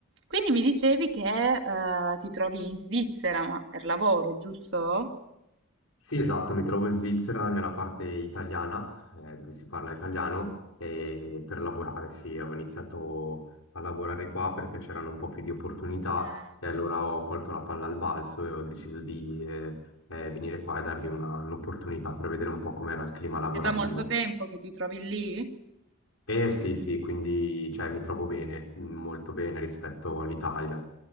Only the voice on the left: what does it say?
Sì, esatto, mi trovo in Svizzera, nella parte italiana, eh, dove si parla italiano, e per lavorare, sì, ho iniziato a lavorare qua perché c'erano un po' più di opportunità
e allora ho colto la palla al balzo e ho deciso di eh, eh, venire qua e dargli una- un'opportunità per vedere un po' com'era il clima lavorativo.
E sì, sì, quindi cioè, mi trovo bene, molto bene rispetto all'Italia.